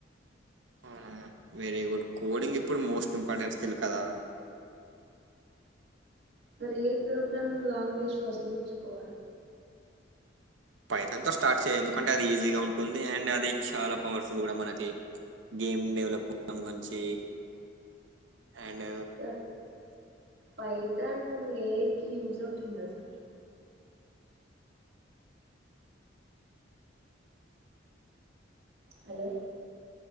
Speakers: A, on the right; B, on the right.
A: ఆహా వెరీ గుడ్ కోడింగ్ ఇప్పుడు మోస్ట్ ఇంపార్టెంట్ స్టిల్ కదా
B: సరే ఏ ప్రోగ్రామింగ్ లాంగ్వేజ్ ఫస్ట్ నేర్చుకోవాలి
A: పైతాన్ స్టార్ట్ చెయిఎందుకంటే అది ఈజీగా ఉంటుంది అండ్ అది చాలా పవర్ ఫుల్ కూడా మనకి గేమ్ డెవలప్ సంబంధించి అండ్
B: సర్ పైతను ఏజ్ కి యూజ్ అవుతుందా సార్ హలో